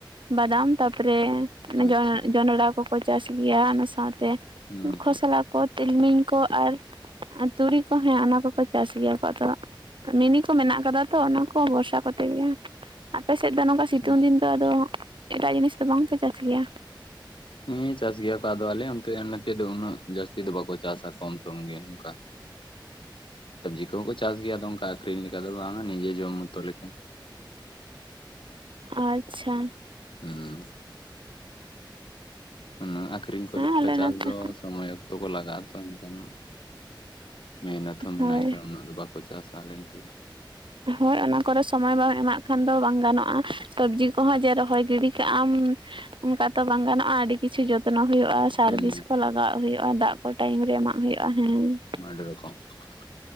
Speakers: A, on the right; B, on the left.
A: ᱵᱟᱫᱟᱢ ᱛᱟᱯᱚᱨᱮ
B: ᱟᱪᱪᱷᱟ
A: ᱡᱚᱱᱰᱨᱟ ᱠᱚ ᱾ ᱠᱚ ᱪᱟᱥ ᱜᱮᱭᱟ, ᱚᱱᱟ ᱥᱟᱶᱛᱮ
B: ᱦᱩᱸ
A: ᱠᱷᱚᱥᱞᱟ ᱠᱚ ᱾ ᱛᱤᱞᱢᱤᱧ ᱠᱚ ᱟᱨ ᱛᱩᱲᱤ ᱠᱚ ᱦᱮᱸ ᱚᱱᱟ ᱠᱚᱠᱚ ᱪᱟᱥ ᱜᱮᱭᱟ ᱠᱚ ᱟᱫᱚ ᱢᱤᱱᱤ ᱠᱚ ᱢᱮᱱᱟᱜ ᱟᱠᱟᱫᱟ ᱛᱚ ᱚᱱᱟ ᱠᱚ ᱵᱚᱨᱥᱟ ᱠᱚᱛᱮ ᱜᱮ ᱾ ᱟᱯᱮ ᱥᱮᱫ ᱫᱚ ᱱᱚᱝᱠᱟ ᱥᱤᱛᱩᱝ
B: ᱦᱩᱸ
A: ᱫᱤᱱ ᱫᱚ ᱟᱫᱚ ᱮᱴᱟᱜ ᱡᱤᱱᱤᱥ ᱫᱚ ᱵᱟᱝᱯᱮ ᱪᱟᱥ ᱜᱮᱭᱟ?
B: ᱦᱮᱸ ᱪᱟᱥ ᱜᱮᱭᱟ ᱠᱚ, ᱟᱫᱚ ᱟᱞᱮ ᱚᱱᱛᱮ ᱱᱚᱛᱮ ᱫᱚ ᱩᱱᱟᱹᱜ ᱡᱟᱹᱥᱛᱤ ᱫᱚ ᱵᱟᱠᱚ ᱪᱟᱥᱟ ᱠᱚᱢ ᱥᱚᱢ ᱜᱮ ᱚᱱᱠᱟ ᱾ ᱥᱚᱵᱽᱡᱤ ᱠᱚᱦᱚᱸ ᱠᱚ ᱪᱟᱥ ᱜᱮᱭᱟ ᱟᱫᱚ ᱚᱱᱠᱟ ᱟᱠᱷᱨᱤᱧ ᱞᱮᱠᱟ ᱫᱚ ᱵᱟᱝ-ᱟ ᱱᱤᱡᱮ ᱡᱚᱢ ᱢᱚᱛᱚ ᱞᱮᱠᱟ ᱾
A: ᱟᱪᱪᱷᱟ ᱾
B: ᱦᱩᱸ, ᱦᱩᱸ <unintelligible> ᱠᱚᱨᱮ
A: ᱦᱮᱸ ᱟᱞᱮ
B: ᱪᱟᱥ
A: ᱱᱚᱛᱮ
B: ᱫᱚ ᱥᱚᱢᱚᱭ ᱚᱠᱛᱚ ᱠᱚ ᱞᱟᱜᱟᱜᱼᱟ ᱛᱚ ᱮᱱᱠᱷᱟᱱ ᱢᱮᱦᱱᱚᱛ ᱦᱚᱸ ᱢᱮᱱᱟᱜ-ᱟ
A: ᱦᱳᱭ
B: ᱮᱱᱠᱷᱟᱱ ᱩᱱᱟᱹᱜ ᱫᱚ ᱵᱟ ᱪᱟᱥᱟ ᱟᱞᱮ ᱱᱚᱛᱮ ᱫᱚ ᱾
A: ᱦᱳᱭ ᱚᱱᱟ ᱠᱚᱨᱮ ᱥᱚᱢᱚᱭ ᱵᱟᱢ ᱮᱢᱟᱜ ᱠᱷᱟᱱ ᱫᱚ ᱵᱟᱝ ᱜᱟᱱᱚᱜᱼᱟ, ᱥᱚᱵᱡᱤ ᱠᱚᱸᱦᱚᱸ ᱡᱮ ᱨᱚᱦᱚᱭ ᱜᱤᱰᱤ ᱠᱟᱜ ᱟᱢ ᱚᱱᱠᱟ ᱛᱚ ᱵᱟᱝ ᱜᱟᱱᱚᱜᱼᱟ ᱟᱹᱰᱤ ᱠᱤᱪᱷᱩ ᱡᱚᱛᱱᱚ ᱦᱩᱭᱩᱜᱼᱟ ᱥᱟᱨ,
B: ᱦᱩᱸ
A: ᱵᱤᱥ ᱠᱚ ᱞᱟᱜᱟᱣ ᱦᱩᱭᱩᱜᱼᱟ, ᱫᱟᱜ ᱠᱚ ᱴᱟᱭᱤᱢ ᱨᱮ ᱮᱢᱟᱜ ᱦᱩᱭᱩᱜᱼᱟ ᱦᱮᱸ ᱾
B: <unintelligible>